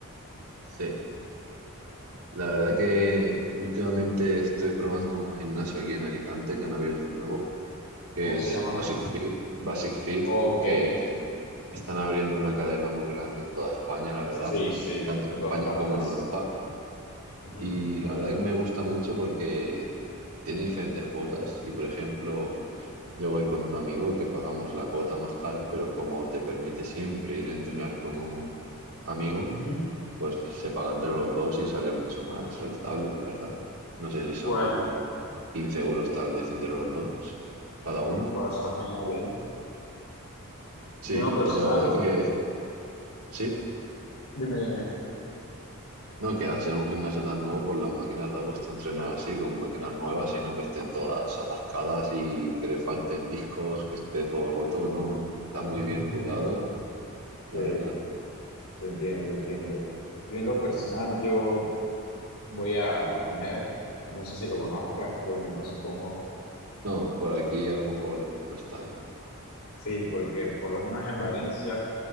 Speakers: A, on the right; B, on the left.
A: sí. La verdad que últimamente estoy probando un gimnasio aquí en Alicante que han abierto nuevo, que
B: ¿Cómo se
A: es
B: llama?
A: Basic Fit, Basic Fit,
B: Ok.
A: que están, están abriendo una cadena muy grande en toda España, la verdad,
B: Sí, sí,
A: tanto
B: en
A: en España
B: todas partes.
A: como en Europa.
B: Ujú.
A: Y la verdad que me gusta mucho porque tiene diferentes cuotas y, por ejemplo, yo voy con un amigo que pagamos la cuota más cara, pero como te permite siempre ir a entrenar con un amigo,
B: Ujú.
A: pues se paga entre los dos y sale mucho más rentable, la verdad. No sé si son
B: Bueno,
A: 15 euros tal vez entre los dos, cada uno.
B: bueno, está genial, ¿eh?
A: Sí,
B: Yo en lo personal,
A: y la verdad que sí.
B: dime, dime.
A: No, que al ser un gimnasio tan nuevo, pues las máquinas da gusto entrenar así, con máquinas nuevas, sino que estén todas atascadas y que le falten discos, que esté todo roto. No, no, está
B: <laughs>
A: muy bien cuidado, la
B: Sí,
A: verdad.
B: te entiendo, te entiendo. Yo en lo personal, yo voy al ONER, no sé si lo conozcas, creo que no, supongo.
A: No, por aquí a lo mejor no están.
B: Sí, porque por lo menos en Valencia